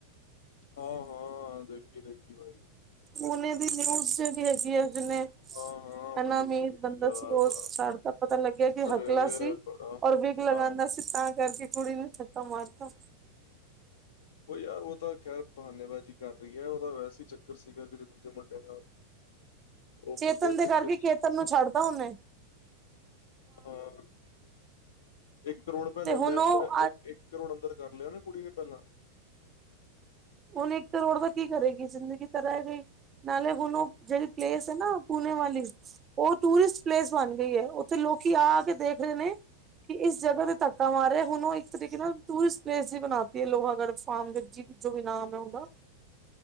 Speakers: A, on the left; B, on the right.
A: ਹਾਂ ਹਾਂ ਦੇਖੀ ਦੇਖੀ ਭਾਈ।
B: ਉਹ ਨੇ ਵੀ ਨਿਊਜ਼ ਜਿਹੜੀ ਹੈਗੀ ਆ ਜਿਨੇ।
A: ਹਾਂ-ਹਾਂ,
B: ਹਨਾ
A: ਮੈਂ ਦੇਖੀ-ਦੇਖੀ
B: ਅਮੀਰ ਬੰਦਾ
A: ਯਾਰ
B: ਸੀ। ਉਹ
A: ਬੜਾ
B: ਸਾਡੇ ਦਾ ਪਤਾ ਲੱਗਿਆ ਕਿ
A: ਅਰੇ
B: ਹਕਲਾ ਸੀ।
A: ਬੜਾ,
B: ਔਰ ਵਿਗ
A: ਬੜਾ
B: ਲਗਾਉਂਦਾ ਸੀ। ਤਾਂ ਕਰਕੇ ਕੁੜੀ ਨੇ ਧੱਕਾ ਮਾਰਤਾ।
A: ਉਹ ਯਾਰ ਉਹ ਤਾਂ ਖੈਰ ਬਹਾਨੇਬਾਜੀ ਕਰ ਰਹੀ ਹੈ। ਉਹਦਾ ਵੈਸੇ ਹੀ ਚੱਕਰ ਸੀਗਾ ਕਿ ਜੇ ਦੂਜੇ ਮੁੰਡੇ ਨਾਲ। ਉਹ
B: ਚੇਤਨ
A: ਮੁੰਡੇ
B: ਦੇ
A: ਚੱਕਰ
B: ਕਰਕੇ ਕੇਤਨ
A: 'ਚ
B: ਨੂੰ ਛੱਡਦਾ ਉਹ ਨੇ।
A: ਹਾਂ ਇੱਕ ਕਰੋੜ ਰੁਪਇਆ ਲੈ
B: ਤੇ ਹੁਣ
A: ਲਿਆ
B: ਉਹ
A: ਅੰਦਰ ਇੱਕ ਇੱਕ। ਕਰੋੜ ਅੰਦਰ ਕਰ ਲਿਆ ਨਾ ਕੁੜੀ ਨੇ ਪਹਿਲਾਂ।
B: ਹੁਣ ਇੱਕ ਕਰੋੜ ਦਾ ਕੀ ਕਰੇ ਗੀ ਜ਼ਿੰਦਗੀ ਤਾ ਰਹੇ ਗਈ। ਨਾਲੇ ਹੁਣ ਉਹ ਜਿਹੜੀ ਪਲੇਸ ਹੈ ਨਾ ਪੂਣੇੇ ਵਾਲੀ। ਉਹ ਟੂਰਿਸਟ ਪਲੇਸ ਬਣ ਗਈ ਹੈ। ਉੱਥੇ ਲੋਕੀ ਆ ਆ ਕੇ ਦੇਖ ਰਹੇ ਨੇ। ਕਿ ਇਸ ਜਗ੍ਹਾ ਤੇ ਧੱਕਾ ਮਾਰ ਰਿਹਾ ਹੈ। ਹੁਣ ਉਹ ਇੱਕ ਤਰੀਕੇ ਨਾਲ ਟੂਰਿਸਟ ਪਲੇਸ ਹੀ ਬਣਾਤੀ ਹੈ। ਲੋਹਾਗੜ੍ਹ ਫਾਮ ਵਿੱਚ। ਜੋ ਵੀ ਨਾਮ ਹੈ ਉਹਦਾ।